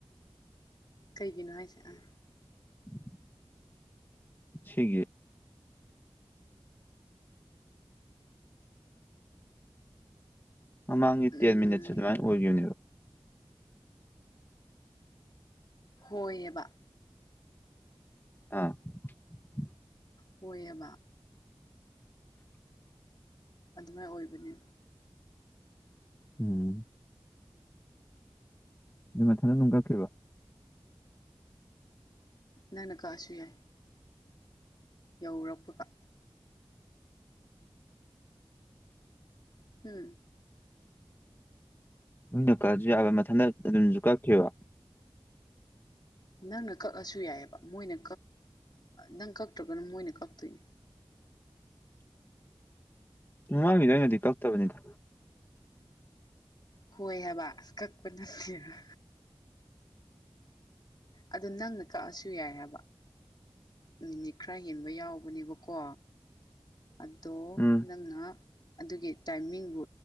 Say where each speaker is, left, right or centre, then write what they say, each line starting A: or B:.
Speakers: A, on the left (about 45°); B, on the left (about 20°).
A: ꯀꯩꯒꯤꯅꯣ ꯍꯥꯏꯁꯦ ꯑꯥ
B: <inaudible> ꯁꯤꯒꯤ ꯃꯃꯥꯡꯒꯤ
A: ꯎꯝ
B: ꯇꯦꯟ ꯃꯤꯅꯠꯁꯦ ꯑꯗꯨꯃꯥꯏꯅ ꯑꯣꯏꯈꯤꯕꯅꯦꯕ
A: ꯍꯣꯏꯑꯕ
B: <inaudible>
A: ꯍꯣꯏꯕ ꯑꯗꯨꯃꯥꯏꯅ ꯑꯣꯏꯕꯅꯦ
B: ꯎꯝ ꯑꯗꯨ ꯃꯊꯟꯗ ꯑꯗꯨꯝ ꯀꯛ꯭ꯈꯤꯕꯔꯣ
A: ꯅꯪꯅ ꯀꯛꯑꯥꯁꯨꯨ ꯌꯥꯏ ꯌꯧꯎꯔꯛꯄꯥꯒ ꯎꯝ
B: ꯅꯣꯏꯅ ꯀꯛꯑꯁꯨ ꯌꯥꯕ ꯃꯊꯟꯇ ꯑꯗꯨꯝꯁꯨ ꯀꯛꯈꯤꯕ
A: ꯅꯪꯅ ꯀꯛꯑꯁꯨ ꯌꯥꯏꯑꯕ ꯃꯣꯏꯅ ꯅꯪ ꯀꯛꯇ꯭ꯔꯒꯅ ꯃꯣꯏꯅ ꯀꯛꯇꯣꯏꯅꯦ <inaudible>
B: ꯃꯃꯥꯡꯒꯤꯗ ꯑꯩꯅꯗꯤ ꯀꯛꯇꯕꯅꯤꯗ
A: ꯍꯣꯏ ꯍꯥꯏꯕ ꯀꯛꯄ ꯅꯠꯇꯦꯕ ꯑꯗꯨ ꯅꯪꯅ ꯀꯛꯑꯁꯨ ꯌꯥꯏ ꯍꯥꯏꯕ ꯃꯤꯅꯤꯠ ꯈꯔ ꯍꯦꯟꯕ ꯌꯥꯎꯕꯅꯦꯕꯀꯣ ꯑꯗꯣ
B: ꯎꯝ
A: ꯅꯪꯅ ꯑꯗꯨꯒꯤ ꯇꯥꯏꯃꯤꯡꯕꯨ